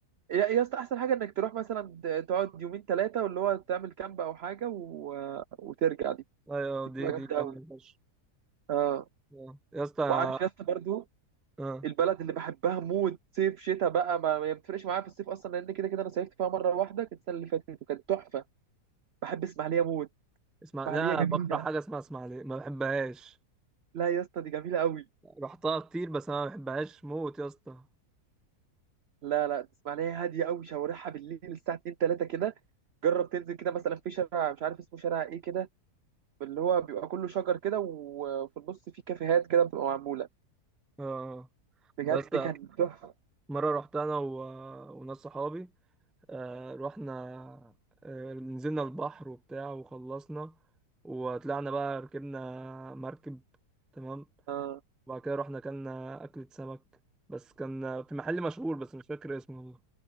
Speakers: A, on the right; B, in the centre.
A: يا يا اسطى احسن حاجه انك تروح مثلا ت- تقعد يومين ثلاثه واللي هو تعمل كامب او حاجه و... وترجع دي
B: ايوه
A: دي بتبقى
B: دي
A: جامده
B: دي جامده
A: قوي
B: فشخ
A: اه
B: آه. يا اسطى
A: وعارف يا اسطى برضو
B: آه.
A: البلد اللي بحبها موت صيف شتاء بقى ما ما بتفرقش معايا في الصيف اصلا لان كده كده انا صيفت فيها مره واحده كانت السنه اللي فاتت وكانت تحفه بحب اسماعيليه موت
B: اسمع
A: اسماعيليه
B: لا
A: جميله
B: بكره حاجه اسمها اسماعيليه ما بحبهاش
A: لا يا اسطى دي جميله قوي
B: رحتها كتير بس انا ما بحبهاش موت يا اسطى
A: لا لا تسمع لها هاديه قوي شوارعها بالليل الساعه 2 3 كده جرب تنزل كده مثلا في شارع مش عارف اسمه شارع ايه كده اللي هو بيبقى كله شجر كده وفي النص في كافيهات كده بتبقى معموله
B: اه
A: بجد
B: يا اسطى
A: كان تحفه
B: مرة رحت انا و... وناس صحابي آه رحنا آه نزلنا البحر وبتاع وخلصنا وطلعنا بقى ركبنا مركب تمام
A: اه
B: وبعد كده رحنا اكلنا أكلة سمك بس كان في محل مشهور بس مش فاكر اسمه والله